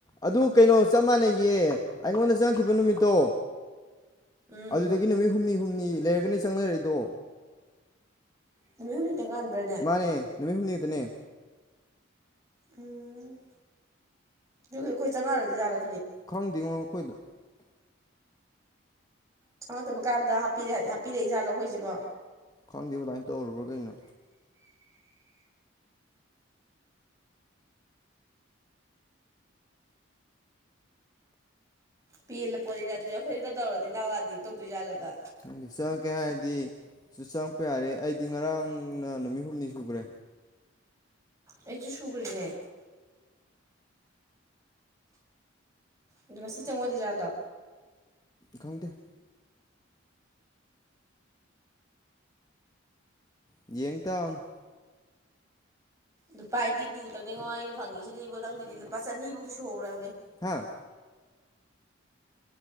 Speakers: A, on the left; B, on the right.
A: ꯑꯗꯨ ꯀꯩꯅꯣ ꯆꯞ ꯃꯥꯟꯅꯩꯌꯦ ꯑꯩꯉꯣꯟꯗ ꯆꯪꯈꯤꯕ ꯅꯨꯃꯤꯠꯇꯣ
B: ꯎꯝ
A: ꯑꯗꯨꯗꯒꯤ ꯅꯨꯃꯤꯠ ꯍꯨꯝꯅꯤ ꯍꯨꯝꯅꯤ ꯂꯩꯔꯒꯅꯤ ꯆꯪꯅꯔꯛꯏꯗꯣ
B: ꯅꯨꯃꯤꯠ ꯍꯨꯝꯅꯤꯇꯪ ꯉꯥꯟꯕ꯭ꯔꯅꯦ
A: ꯃꯥꯅꯦ ꯅꯨꯃꯤꯠ ꯍꯨꯝꯅꯤꯛꯇꯅꯦ
B: ꯎꯝ ꯑꯩꯈꯣꯏ ꯆꯪꯉꯛꯔꯗꯤꯠꯂ
A: ꯈꯪꯗꯦꯉꯣ ꯃꯈꯈꯣꯏꯗ
B: ꯆꯪꯉꯗꯕ ꯀꯥꯟꯗ ꯍꯥꯄꯤꯔ ꯍꯥꯞꯄꯤꯔꯛꯑꯦ ꯏꯁꯥ ꯂꯧ ꯑꯩꯈꯣꯏꯁꯤꯕꯣ
A: ꯈꯪꯗꯦꯕ ꯑꯗꯨꯃꯥꯏꯅ ꯇꯧꯔꯨꯕ꯭ꯔꯥ ꯀꯩꯅꯣ
B: ꯄꯦꯜꯂ ꯄꯣꯠꯅꯤꯗ ꯑꯗꯨꯗꯤ ꯑꯩꯈꯣꯏꯗꯨꯗ ꯇꯧꯔꯗꯤ ꯇꯥꯔꯛꯑꯗꯤ ꯇꯧꯗꯣꯏ ꯌꯥꯥꯜꯂꯕ
A: ꯈꯪꯗꯤ ꯆꯪꯉꯛꯀꯦ ꯍꯥꯏꯔꯗꯤ ꯁ ꯆꯪꯉꯛꯄ ꯌꯥꯔꯦ ꯑꯩꯗꯤ ꯉꯔꯥꯡꯅ ꯅꯨꯃꯤꯠ ꯍꯨꯝꯅꯤ ꯁꯨꯈ꯭ꯔꯦ
B: ꯑꯩꯁꯨ ꯁꯨꯒꯔꯤꯅꯦ ꯏ ꯉꯁꯤ ꯆꯪꯉꯗ ꯆꯂꯣ
A: ꯈꯪꯗꯦ ꯌꯡ ꯇꯥꯕꯅꯤ
B: ꯂꯨꯄꯥ ꯑꯩꯠꯇꯤ ꯇꯨꯗꯪꯅꯦꯉ ꯑꯩꯅ ꯐꯪꯉꯤꯁꯤꯗꯤ ꯑꯩꯕꫭ ꯅꯪꯒꯤꯗꯤ ꯂꯨꯄꯥ ꯆꯅꯤꯃꯨꯛꯇ ꯁꯨꯔꯕꯅꯤ
A: ꯍꯥꯥ